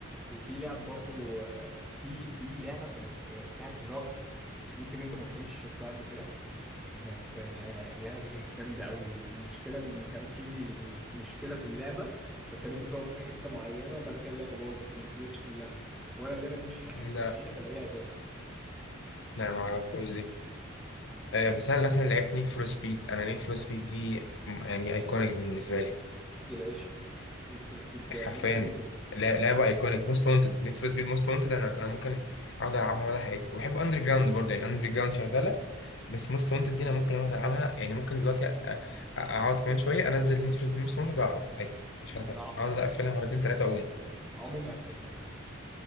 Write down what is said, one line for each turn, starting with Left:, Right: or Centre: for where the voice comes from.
Centre: وفي لعب برضو آه، في في لعبه كانت آه، بتاعت هيراقي ممكن انت ما تكونش شفتها قبل كده بس آه، اللعبه دي كانت جامده قوي والمشكله ان كان في مشكله في اللعبه فكانت بتقف في حته معينه وبعد كده اللعبه باظت ما نزلتش كلها وانا اللعبه دي مش ع-
Left: لا
Centre: مش عارف الاقيها تاني
Left: لا ما اعرفهاش دي آه، بس انا مثلا لعبت نيد فور سبيد انا نيد فور سبيد دي م- يعني ايكونيك بالنسبه لي
Centre: دي العيش نيد فور سبيد
Left: حرفيا
Centre: موست وانتد
Left: لا- لعبه ايكونيك موست وانتد نيد فور سبيد موست وانتد انا انا ممكن اقعد العبها مدى حياتي وبحب اندر جراوند برضه يعني اندر جراوند شغاله بس موست وانتد دي انا ممكن اقعد العبها يعني ممكن دلوقتي أ- أ- اقعد كمان شويه انزل نيد فور سبيد موست وانتد والعب عادي مش هزهق
Centre: انا ع-
Left: اقعد اقفلها مرتين ثلاثه اقوم
Centre: عمري ما قفلتها